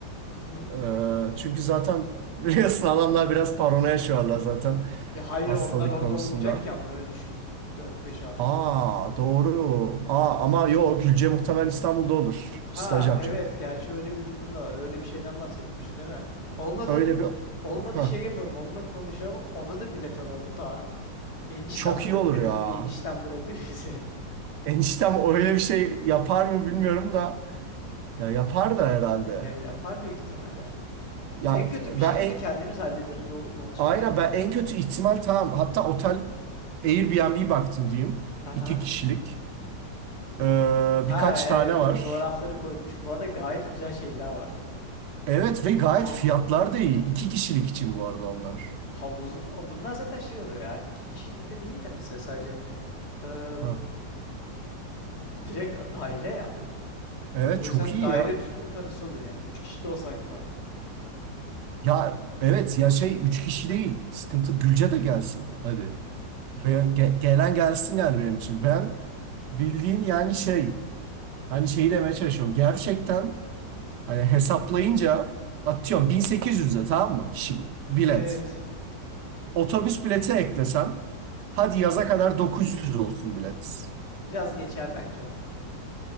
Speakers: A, on the left (about 60°); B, on the right (about 75°).
A: Hı hı.
B: Ee, çünkü zaten <laughs> biliyorsun adamlar biraz paranoya yaşıyorlar zaten
A: Ya hayır
B: hastalık
A: onlar orada
B: konusunda.
A: olmayacak ki ama öyle düşün. 4-5-6
B: Aa
A: Temmuz'da.
B: doğru. Aa ama yo Gülce muhtemelen İstanbul'da olur.
A: Ha
B: Staj yapacak.
A: evet gerçi öyle bir durum da var. Öyle bir şeyden bahsetmişti değil mi? Olmadı.
B: Öyle bir...
A: Olmadı
B: Hah,
A: şey yapalım onunla konuşalım. Ona da bilet alalım tamam. Enişten
B: çok
A: bırakır
B: iyi olur ya.
A: enişten bırakır <laughs> bizi.
B: Eniştem öyle bir şey yapar mı bilmiyorum da. Ya yapar da herhalde.
A: Ya yapar büyük ihtimalle.
B: Ya
A: En kötü
B: ben
A: bir şekilde
B: en...
A: kendimiz hallederiz oğlum ne olacak
B: Aynen
A: yani?
B: ben en kötü ihtimal tamam. Hatta otel Airbnb baktım diyeyim.
A: Ha
B: İki
A: ha.
B: kişilik. Ee,
A: Ha
B: birkaç
A: evet
B: tane var.
A: fotoğrafları koymuş. Bu arada gayet güzel şeyler var ya.
B: Evet ve gayet
A: Ha
B: fiyatlar da iyi. İki kişilik için bu arada onlar.
A: Havuzlu fa- bunlar zaten şey oluyor yani iki kişilikte değil de mesela sadece eee,
B: Ha.
A: bir direkt daire ya.
B: Evet
A: O
B: çok
A: yüzden
B: iyi
A: daire
B: ya.
A: tutma parası oluyor yani. Üç kişi de olsa aynı para.
B: Ya evet ya şey üç kişi değil. Sıkıntı Gülce de gelsin. Hadi. Ben, ge- gelen gelsin yani benim için. Ben bildiğin yani şey hani şeyi demeye çalışıyorum. Gerçekten hani hesaplayınca atıyorum 1800'e tamam mı kişi bu. Bilet.
A: Evet.
B: Otobüs bileti eklesem hadi yaza kadar 900 olsun bilet.
A: Biraz geçer bence.